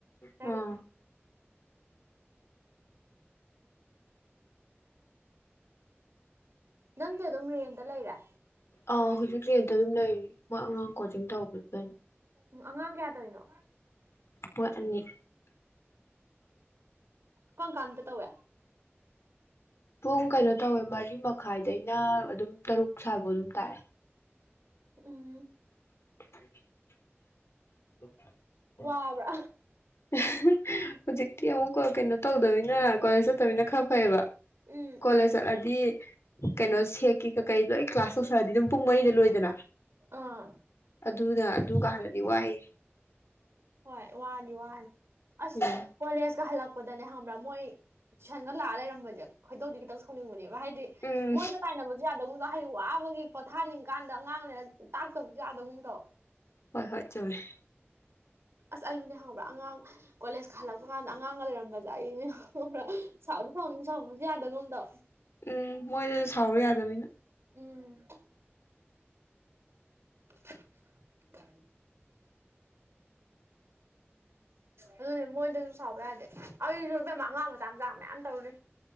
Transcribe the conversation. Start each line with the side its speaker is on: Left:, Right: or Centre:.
Right: ꯇꯥꯔꯦꯠ
Left: ꯎꯝ
Right: ꯅꯪꯗꯤ ꯑꯗꯨꯝ ꯔꯦꯟꯗ ꯂꯩꯔꯦ
Left: ꯑꯥ ꯍꯧꯖꯤꯛ ꯔꯦꯟꯇ ꯑꯗꯨꯝ ꯂꯩꯔꯤ ꯃꯥ ꯑꯉꯥꯡ ꯀꯣꯆꯤꯡ ꯇꯧꯕꯗꯨꯗꯩ
Right: ꯎꯝ ꯑꯉꯥꯡ ꯀꯌꯥꯇꯧꯏꯅꯣ
Left: ꯃꯣꯏ ꯑꯅꯤ
Right: ꯀꯝꯀꯟꯗ ꯇꯧꯏ
Left: ꯄꯨꯡ ꯀꯩꯅꯣ ꯇꯧꯋꯦ ꯃꯔꯤ ꯃꯈꯥꯏꯗꯩꯅ ꯑꯗꯨꯝ ꯇꯔꯨꯛ ꯁ꯭ꯥꯏꯐꯧ ꯑꯗꯨꯝ ꯇꯥꯛꯑꯦ
Right: ꯎꯝ
Left: <unintelligible> ꯑꯣ ꯑꯣ
Right: ꯋꯥꯕ꯭ꯔꯥ
Left: ꯍꯥ ꯍꯥ ꯍꯧꯖꯤꯛꯇꯤ ꯑꯃꯨꯛ ꯀꯩꯅꯣ ꯇꯧꯗꯃꯤꯅ ꯀꯣꯂꯦꯖ ꯆꯠꯇꯃꯤꯅ ꯈꯔ ꯐꯩꯌꯦꯕ
Right: ꯎꯝ
Left: ꯀꯣꯂꯦꯖ ꯆꯠꯂꯗꯤ ꯀꯩꯅꯣ ꯁꯦꯛ ꯀ ꯀꯀꯩ ꯂꯣꯏ ꯀ꯭ꯂꯥꯁ ꯇꯧꯁꯛꯑꯗꯤ ꯑꯗꯨꯝ ꯄꯨꯡ ꯃꯔꯤꯗ ꯂꯣꯏꯗꯅ
Right: ꯑꯥ
Left: ꯑꯗꯨꯗ ꯑꯗꯨꯀꯥꯟꯗꯗꯤ ꯋꯥꯏ
Right: ꯋꯥꯔꯅꯤ ꯋꯥꯅꯤ ꯑꯁ
Left: ꯎꯝ
Right: ꯀꯣꯂꯦꯖ ꯀ ꯍꯂꯛ ꯁꯄꯗꯅꯦ ꯍꯪꯕ꯭ꯔꯥ ꯃꯣꯏ ꯇꯨꯏꯁꯟꯒ ꯂꯑ ꯂꯩꯔꯝꯕꯁꯦ ꯈꯣꯏꯗꯧꯗꯤ ꯈꯤꯇꯪ ꯁꯣꯏꯅꯤꯡꯕꯅꯦꯕ ꯍꯥꯏꯗꯤ
Left: ꯎꯝ
Right: ꯃꯣꯏꯗ ꯇꯥꯏꯅꯕꯁꯨ ꯌꯥꯗꯒꯨꯝ ꯍꯩꯛ ꯋꯥꯕꯒꯤ ꯄꯣꯊꯥꯅꯤꯡ ꯀꯥꯟꯗ ꯑꯉꯥꯡ ꯂꯩꯅ ꯇꯥꯛꯆꯕꯁꯨ ꯌꯥꯗꯒꯨꯝꯇꯧ
Left: ꯍꯣꯏ ꯍꯣꯏ ꯆꯨꯝꯃꯦ
Right: ꯑꯁ ꯑꯩꯕꯨꯅꯦ ꯈꯪꯕ꯭ꯔꯥ ꯑꯉꯥꯡ ꯀꯣꯂꯦꯖꯀ ꯍꯜꯂꯛꯄ ꯀꯥꯟꯗ ꯑꯉꯥꯡ ꯂꯩꯔꯝꯝꯕꯖꯅꯦ ꯁꯥꯎꯅꯤ ꯁꯥꯎꯅꯤ ꯁꯥꯎ ꯌꯥꯥꯗꯒꯨꯝꯗꯣ
Left: ꯎꯝ ꯃꯣꯏꯗꯁꯨ ꯁꯥꯎꯔ ꯌꯥꯗꯅꯤꯅ
Right: ꯎꯝ <inaudible> <unintelligible> ꯑꯗꯨꯅꯦ ꯃꯣꯏꯗꯁꯨ ꯁꯥꯎꯕ ꯌꯥꯗꯦ ꯑꯩꯁꯨ ꯏꯕꯦꯝ ꯑꯉꯥꯡ ꯃꯆꯥ ꯃꯆꯥ ꯃꯌꯥꯝ ꯇꯧꯔꯤ